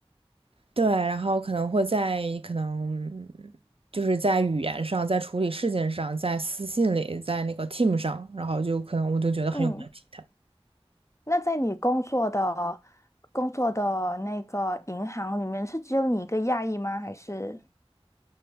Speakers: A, on the right; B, on the left.
A: 对，然后可能会在可能就是在语言上，在处理事件上，在私信里，在那个 team 上，然后就可能我就觉得很有问题。
B: 嗯，那在你工作的工作的那个银行里面，是只有你一个亚裔吗？还是？